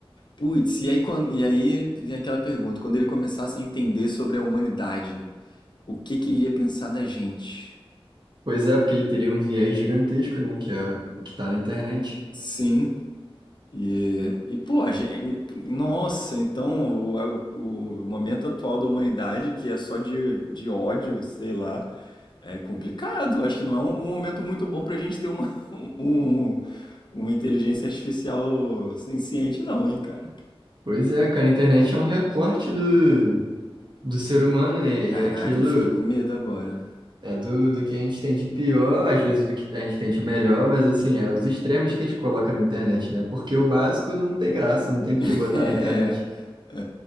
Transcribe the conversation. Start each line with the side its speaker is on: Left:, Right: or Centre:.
Left: Putz, e aí, quando e aí vem aquela pergunta, quando ele começasse a entender sobre a humanidade, o que que ele ia pensar da gente.
Right: Pois é, porque ele teria um viés gigantesco, né? Que é o que tá na internet.
Left: Sim. E, e pô, a gente, nossa, então o, o, o momento atual da humanidade, que é só de, de ódio, sei lá, é complicado. Acho que não é um, um momento muito bom pra gente ter uma, <laughs> um, uma inteligência artificial senciente, não, hein, cara.
Right: Pois é, cara, a internet é um recorte do, do ser humano, né?
Left: Caraca,
Right: E aquilo
Left: fiquei com medo agora.
Right: é do, do que a gente tem de pior, às vezes do que a gente tem de melhor, mas assim, é os extremos que a gente coloca na internet, né? Porque o básico não tem graça, não tem por
Left: <laughs>
Right: que botar
Left: É,
Right: na internet.
Left: é,